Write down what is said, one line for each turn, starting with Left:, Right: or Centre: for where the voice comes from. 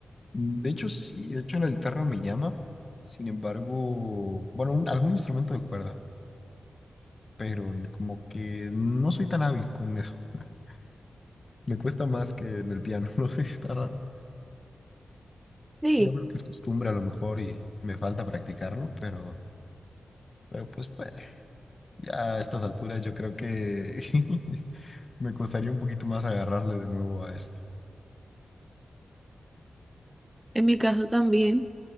Left: De hecho, sí, de hecho la guitarra me llama. Sin embargo, bueno, un- algún instrumento de cuerda, pero como que no soy tan hábil con eso. <laughs> Me cuesta más que en el piano, <laughs> no sé, está raro.
Right: Sí,
Left: Yo creo que es costumbre a lo mejor y me falta practicarlo, pero... Pero pues bueno, ya a estas alturas yo creo que <laughs> me costaría un poquito más agarrarle de nuevo a esto.
Right: en mi caso también